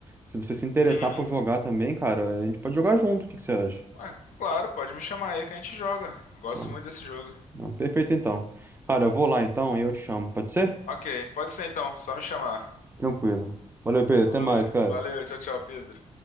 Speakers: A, on the right; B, on the left.
A: Se você se interessar
B: Uhum.
A: por jogar também, cara, a gente pode jogar junto. O que que você acha?
B: Ah, claro, pode me chamar aí que a gente joga. Eu gosto
A: Ah,
B: muito desse jogo.
A: não, perfeito então. Cara, eu vou lá então e eu te chamo, pode ser?
B: Ok, pode ser então, só me chamar.
A: Tranquilo. Valeu, Pedro.
B: Falou,
A: Até mais, cara.
B: valeu, tchau, tchau, Pedro.